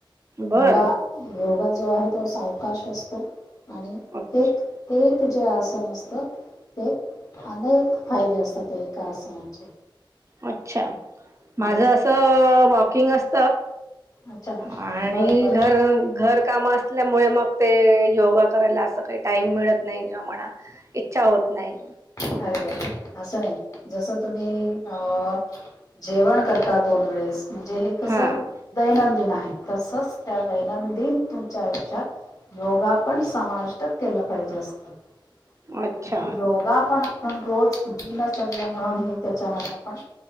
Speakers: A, on the right; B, on the left.
A: बर
B: योगा योगा जो आहे तो सावकाश असतो. आणि
A: अच्छा
B: ते ते कीं ते जे आसन असत ते अनेक फायदे असतात ते एका आसनाचे.
A: अच्छा.
B: म्हणजे
A: माझं
B: जर
A: असं वाक किंग अस
B: अच्छा
A: आणि
B: बर बर
A: घर घर काम असल्यामुळे मग ते योगा करायला असं काही टाइम मिळत नाही किंवा म्हणा इच्छा होत नाही
B: अरे असं नाही जसं तुम्ही अ जेवण करता दोन वेळेस म्हणजे हे कस
A: हां
B: दैनंदिन आहे तसंच त्या दैनंदिन तुमच्या योगा पण समाविष्ट केलं पाहिजे असतात <unintelligible>
A: अच्छा
B: योगा <unintelligible> पण रोज दिनच-र्या म्हणून हे त्याच्यामध्ये आपण